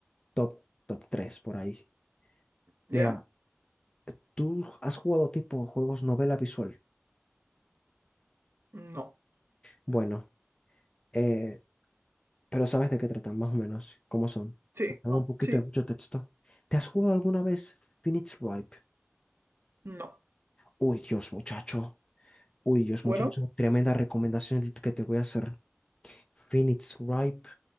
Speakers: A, on the left; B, on the right.
A: top, top 3 por ahí.
B: ¿Ya?
A: Mira, tú has jugado tipo juegos novela visual.
B: No.
A: Bueno, eh, pero sabes de qué tratan, más o menos, cómo son.
B: Sí,
A: Dan
B: no,
A: Un poquito
B: sí,
A: de mucho texto. ¿Te has jugado alguna vez Phoenix Wright?
B: no.
A: Uy, Dios, muchacho. Uy, Dios,
B: Bueno,
A: muchacho. Tremenda recomendación que te voy a hacer. Phoenix Ripe